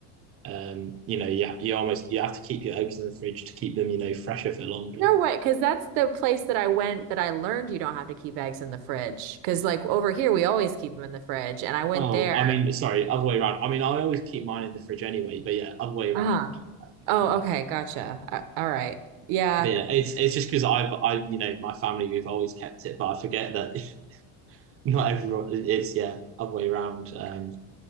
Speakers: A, on the right; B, on the right.
A: um, you know, you, you almost you have to keep your eggs in the fridge to keep them, you know, fresher for longer.
B: no way, because that's the place that I went that I learned you don't have to keep eggs in the fridge. Because like over here, we always keep them in the fridge. And I went
A: Oh,
B: there.
A: I mean, sorry, other way around. I mean, I always keep mine in the fridge anyway, but yeah, other way around.
B: Uh-huh. Oh,
A: Yeah,
B: okay. Gotcha. Uh, all right. Yeah.
A: but yeah, it's it's just because I've I you know my family we've always kept it, but I forget that <laughs> not everyone it's yeah other way around. Um,